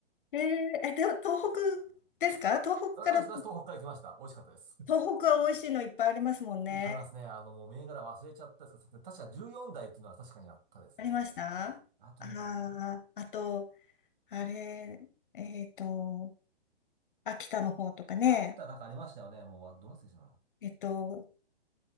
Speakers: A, on the left; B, on the right.
A: ええええ、でも東北ですか東北から、
B: 私、私東北から来ました。美味しかったです。
A: 東北は美味しいのいっぱいありますもんね。
B: <laughs> いっぱいありますね。あの、もう銘柄忘れちゃったんですけど、確か14台っていうのは確かにあったですね。
A: ありましたあああと、
B: あとね、な
A: あれ、えっと、秋田の方とかね、
B: 秋田なんかありましたよね。もう、あどう忘れしたな。
A: えっと、